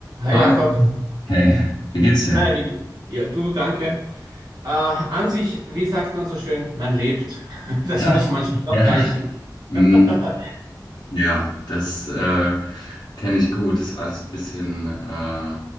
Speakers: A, on the right; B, on the left.
A: Hi
B: Hi.
A: Jakob.
B: Hey, wie geht's dir?
A: Hi Niki. Ja, du, danke. Äh, an sich, wie sagt man so schön, man lebt. <laughs>
B: <laughs>
A: Das
B: Ja,
A: muss manchmal
B: ja.
A: auch reichen.
B: Hm,
A: <laughs>
B: ja, das äh, kenne ich gut. Ist alles ein bisschen äh,